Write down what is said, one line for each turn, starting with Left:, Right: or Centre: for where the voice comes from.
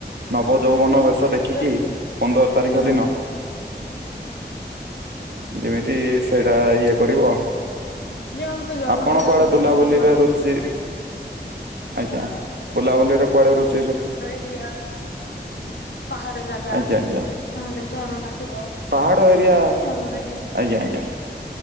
Right: ନବଯୌବନ
Left: ହଁ
Right: ବେଶ
Left: ହଁ
Right: ଦେଖିକି
Left: ଯିବେ ଆଉ।
Right: ପନ୍ଦର ତାରିଖ
Left: ହୁଁ
Right: ଦିନ। ଯେମିତି ସେଇଟା ଇଏ କରିବ
Left: ଯାଆନ୍ତୁ ଜନସେବା
Right: ଆପଣ କୁଆଡେ
Left: ବି କରନ୍ତୁ
Right: ବୁଲାବୁଲିରେ
Left: ଭଲ।
Right: ରୁଚି ଆଜ୍ଞା
Left: ମୋର
Right: ବୁଲାବୁଲିରେ କୁଆଡେ ରୁଚେଇ
Left: ୟା ପାହାଡ ଜାଗା
Right: ଆଜ୍ଞା ଆଜ୍ଞା
Left: ନହେଲେ ଝରଣା ଥିବ?
Right: ପାହାଡ ଏରିଆ
Left: ମୋତେ ଟିକେ ଭଲ ଲାଗେ।
Right: ଆଜ୍ଞା ଆଜ୍ଞା।